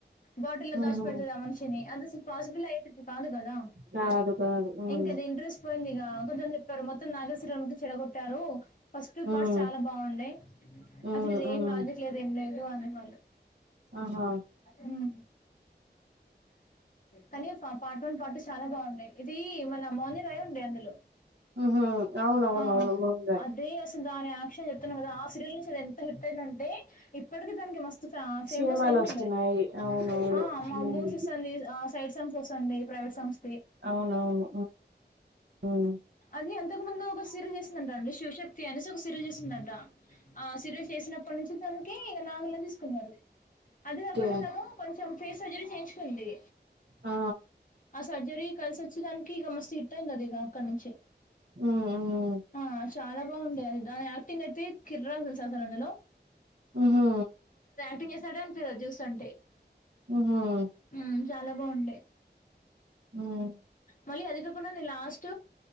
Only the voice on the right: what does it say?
ఉహు
కాదు కాదు ఉమ్
ఉమ్
ఉమ్
ఉమ్
ఆహా
ఊహు అవును అవును
అవును మాములే
సినిమాలు
వస్తున్నాయి
అవునవును
ఉమ్
అవునవును ఉమ్
ఓకే
ఆ
ఉ ఊ
ఉహా
ఆహ
హ్మ్